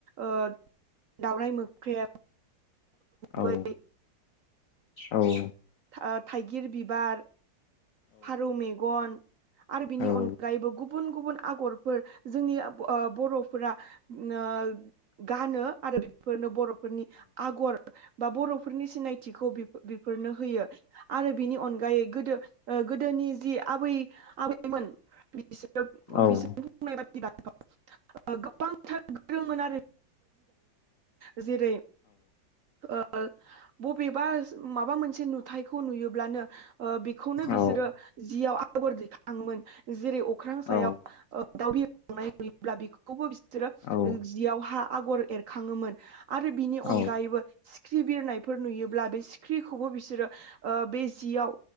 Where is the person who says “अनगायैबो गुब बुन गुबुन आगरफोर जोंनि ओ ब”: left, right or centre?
Right